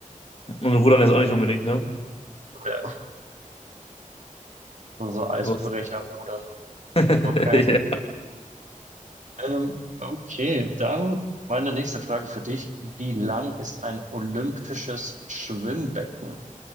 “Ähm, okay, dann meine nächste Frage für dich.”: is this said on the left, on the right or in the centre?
Right